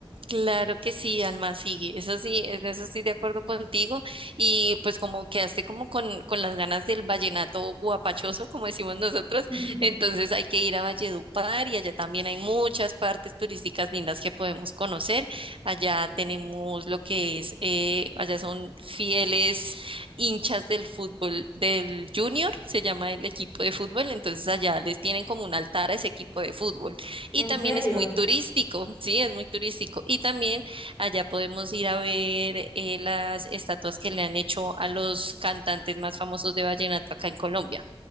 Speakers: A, on the right (about 65°); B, on the left (about 40°).
A: Claro que sí, Alma, sí, eso sí, en eso estoy de acuerdo contigo y pues como quedaste como con, con las ganas del vallenato guapachoso, como decimos nosotros,
B: <laughs>
A: entonces hay que ir a Valledupar y allá también hay muchas partes turísticas lindas que podemos conocer, allá tenemos lo que es, eh, allá son fieles hinchas del fútbol del Junior, se llama el equipo de fútbol, entonces allá les tienen como un altar a ese equipo de fútbol. Y
B: En
A: también
B: serio.
A: es muy turístico, sí, es muy turístico. Y también allá podemos ir a ver eh, las estatuas que le han hecho a los cantantes más famosos de vallenato acá en Colombia.